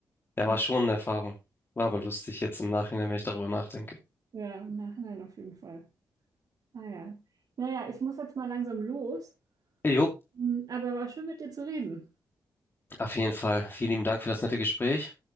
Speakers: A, on the left; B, on the right.
A: Ja,
B: Ja,
A: war schon eine Erfahrung. War aber lustig jetzt im Nachhinein, wenn ich darüber nachdenke.
B: Ja, im Nachhinein auf jeden Fall. Ah ja. Naja, ich muss jetzt mal langsam los,
A: Jo,
B: Mhm, aber war schön mit dir zu reden.
A: auf jeden Fall. Vielen lieben Dank für das nette Gespräch.